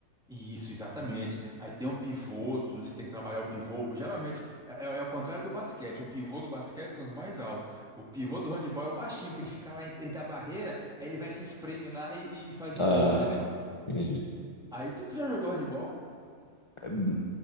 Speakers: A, in the centre; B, on the left.
A: Isso, exatamente. Aí tem o pivô, tu- você tem que trabalhar o pivô. Geralmente é, é- é o contrário do basquete. O pivô do basquete são os mais altos. O pivô do handebol é o baixinho, que ele fica lá entre, entre a barreira, aí ele vai se espreme lá e, e faz o
B: Ah,
A: gol, entendeu?
B: e-
A: Aí tu, tu já jogou handebol?
B: hum,